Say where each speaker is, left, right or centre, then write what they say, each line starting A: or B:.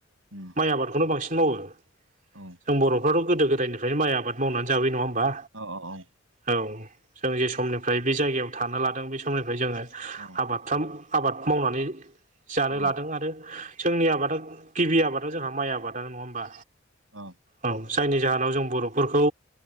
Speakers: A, on the right; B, on the right.
A: उम
B: माइ आबादखौनो बांसिन मावो।
A: औ
B: जों बर'फ्राथ' गोदो गोदायनिफ्रायनो माइ आबाद मावनानै जाबाय नङा होमबा?
A: अ अ औ
B: औ जों जे समनिफ्राय बे जायगायाव थानो लादों बे समनिफ्राय जोङो
A: औ
B: माथाम आबाद मावनानै जानो
A: औ
B: लादों आरो जोंनि आबादा गिबि आबादाव जोंहा माइ आबादानो नङा होमबा।
A: औ
B: औ जायनि जाहोनाव जों बर'फोरखौ